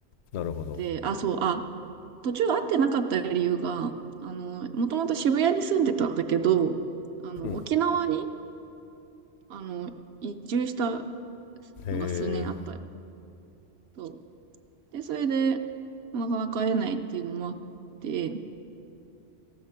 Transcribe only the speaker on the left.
なるほど。
うん。
へえ、